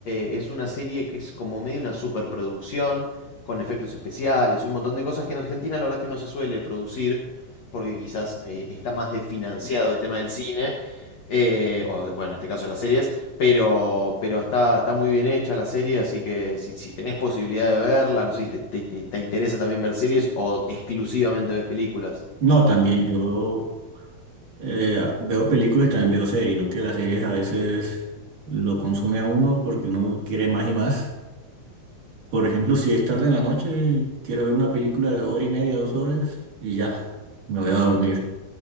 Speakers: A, on the left; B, on the right.
A: eh, es una serie que es como medio una superproducción, con efectos especiales y un montón de cosas que en Argentina la verdad es que no se suele producir, porque quizás eh, está más desfinanciado el tema del cine, eh, o de- bueno, en este caso de las series, pero, pero está, está muy bien hecha la serie, así que si, si tenés posibilidad de verla, no sé si te, te- te- te interesa también ver series o exclusivamente ves películas.
B: No, también yo eh, ah, veo películas y también veo series, ¿no? Que las series a veces lo consume a uno porque uno quiere más y más. Por ejemplo, si es tarde en la noche, quiero ver una película de hora y media, dos horas, y ya, me voy a dormir.